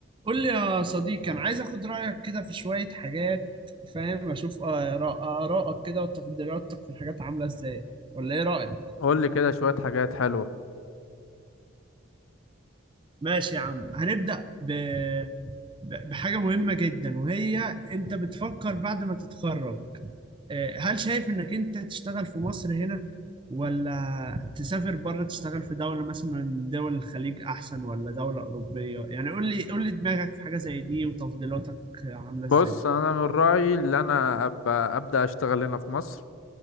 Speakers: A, on the right; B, on the left.
A: قول لي يا صديقي انا عايز اخد رايك كده في شويه حاجات فاهم اشوف آراء- ارائك كده وتفضيلاتك في الحاجات عامله ازاي ولا ايه رايك
B: قول لي كده شوية حاجات حلوة
A: ماشي يا عم هنبدا ب... ب- بحاجه مهمه جدا وهي انت بتفكر بعد ما تتخرج آه، هل شايف انك انت تشتغل في مصر هنا ولا تسافر بره تشتغل في دوله مثلا من دول الخليج احسن ولا دوله اوروبيه يعني قول لي قول لي دماغك في حاجه زي دي وتفضيلاتك عامله ازاي
B: بص انا من رأيي اللي انا ابقى ابدأ اشتغل هنا في مصر